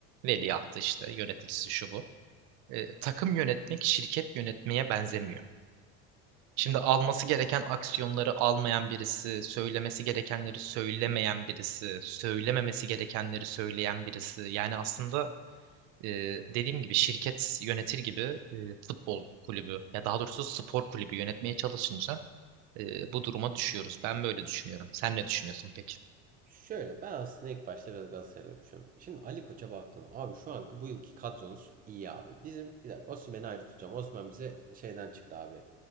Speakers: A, on the right (about 65°); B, on the right (about 25°).
A: veliahtı işte yöneticisi şu bu. E, takım yönetmek şirket yönetmeye benzemiyor. Şimdi alması gereken aksiyonları almayan birisi, söylemesi gerekenleri söylemeyen birisi, söylememesi gerekenleri söyleyen birisi. Yani aslında e, dediğim gibi şirket yönetir gibi e, futbol kulübü ya daha doğrusu spor kulübü yönetmeye çalışınca e, bu duruma düşüyoruz. Ben böyle düşünüyorum. Sen ne düşünüyorsun peki?
B: Şöyle ben aslında ilk başta biraz Galatasaray'da konuşuyorum. Şimdi Ali Koç'a baktığında abi şu anki bu yılki kadronuz iyi abi. Bizim bir dakika Osimhen'i ayrı tutacağım. Osimhen bize şeyden çıktı abi.